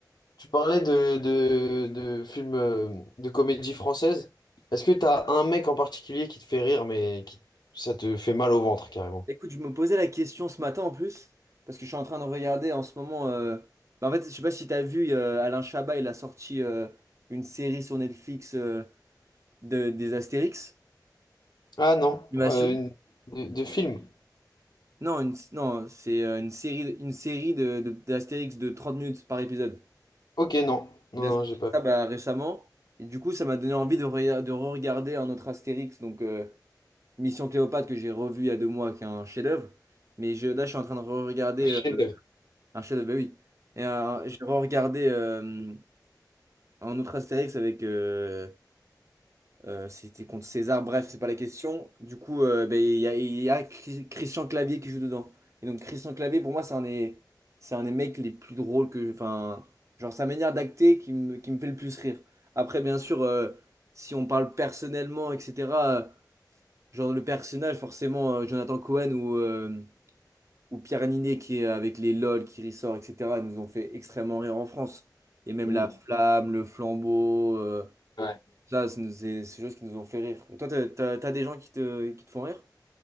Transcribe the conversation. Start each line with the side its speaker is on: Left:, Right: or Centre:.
Left: Tu parlais de, de, de films euh, de comédie française. Est-ce que t'as un mec en particulier qui te fait rire, mais qui, ça te fait mal au ventre carrément?
Right: Écoute, je me posais la question ce matin en plus, parce que je suis en train de regarder en ce moment. euh, bah, en fait, je sais pas si tu as vu euh, Alain Chabat, il a sorti euh, une série sur Netflix euh, de, des Astérix.
Left: Ah non,
Right: Animation?
Left: euh, une- de, de film.
Right: Non, une- non, c'est euh, une série, une série de, de- d'Astérix de 30 minutes par épisode.
Left: Ok, non. Non,
Right: Il a
Left: non,
Right: sorti
Left: j'ai pas.
Right: ça bah, récemment. Et du coup, ça m'a donné envie de, re- de re-regarder un autre Astérix, donc euh, Mission Cléopâtre que j'ai revu il y a deux mois, qui est un chef-d'œuvre. Mais je, là, je suis en train de re-regarder
Left: <laughs> Chef-d'œuvre.
Right: euh, un chef-d'œuvre, bah oui. Et euh, j'ai re-regardé euh, un autre Astérix avec. euh, euh, c'était contre César, bref, c'est pas la question. Du coup, euh, ben, il y a, il y a Cri- Christian Clavier qui joue dedans. Et donc, Christian Clavier, pour moi, c'est un des, c'est un des mecs les plus drôles que. Enfin, genre, sa manière d'acter qui me, qui me fait le plus rire. Après, bien sûr, euh, si on parle personnellement, etc., euh, genre, le personnage, forcément, euh, Jonathan Cohen ou, euh, ou Pierre Ninet qui est avec les LOL qui ressort, etc., nous ont fait extrêmement rire en France. Et même
Left: Mm.
Right: la flamme, le flambeau. euh,
Left: Ouais.
Right: Là, c'est c'est- c'est des choses qui nous ont fait rire. Et toi, t'as, t'as- t'as des gens qui te, qui te font rire?